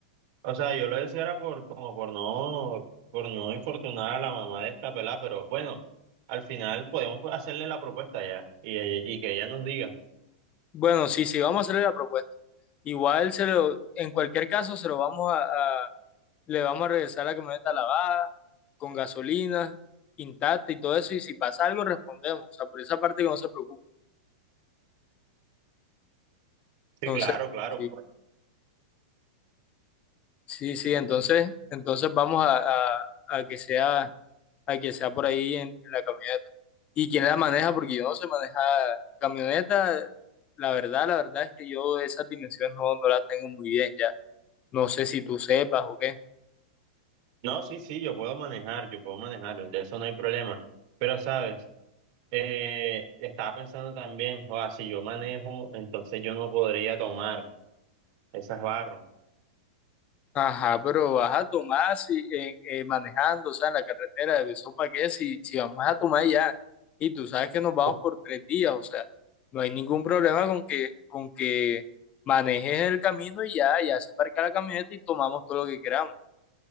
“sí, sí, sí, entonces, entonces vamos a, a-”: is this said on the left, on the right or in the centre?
Left